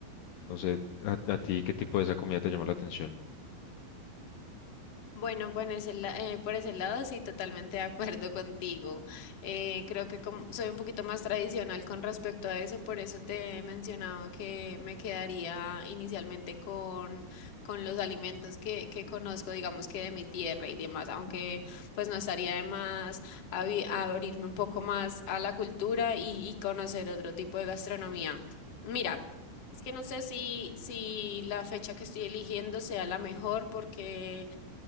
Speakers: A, on the left; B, on the left.
A: No sé, a, a ti qué tipo de esa comida te llama la atención.
B: Bueno, por ese, la- eh, por ese lado sí, totalmente de acuerdo contigo. Eh, creo que como soy un poquito más tradicional con respecto a eso, por eso te mencionaba que me quedaría inicialmente con, con los alimentos que, que conozco, digamos que de mi tierra y demás, aunque pues no estaría de más abi- abrirme un poco más a la cultura y, y conocer otro tipo de gastronomía. Mira. Es que no sé si, si la fecha que estoy eligiendo sea la mejor porque